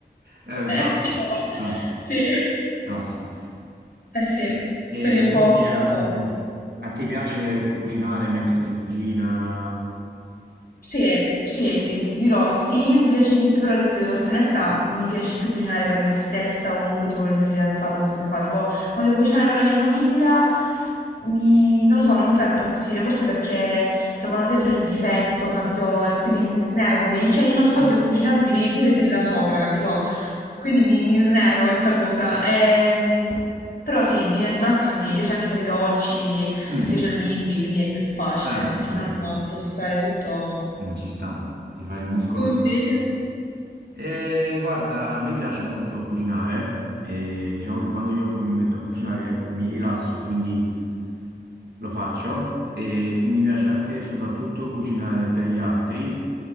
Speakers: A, on the right; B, on the left.
A: Eh,
B: Eh
A: classico,
B: sì, papà,
A: classico,
B: sì.
A: classico.
B: Eh sì,
A: E
B: quindi è un
A: senti,
B: po'
A: ehm,
B: opposto.
A: a te piace cucinare, metterti in cucina?
B: Sì, sì, sì, ti dirò, sì, mi piace di più, però se devo essere onesta, mi piace di più cucinare per me stessa o comunque tipo per il mio fidanzato, queste cose qua. Tipo, quando devo cucinare per la mia famiglia, mi- non lo so, non mi fa impazzire, forse perché trovano sempre il difetto, capito? E quindi mi snervo, che cioè io non solo
A: Ah,
B: ti ho cucinato, mi devi pure dirla sopra, capito? Quindi mi, mi snervo questa cosa. Ehm, però sì, in linea di massima sì, mi piace anche fare i dolci.
A: Mm,
B: perché c'è il bimbi, quindi è più facile,
A: ah,
B: perché
A: ok,
B: sennò va a frustare tutto.
A: Mm, ci sta, ti fai il muscolo.
B: Tu invece?
A: E guarda, a me piace molto cucinare e diciamo che quando io poi mi metto a cucinare mi rilasso e quindi Lo faccio e mi piace anche soprattutto cucinare per gli altri.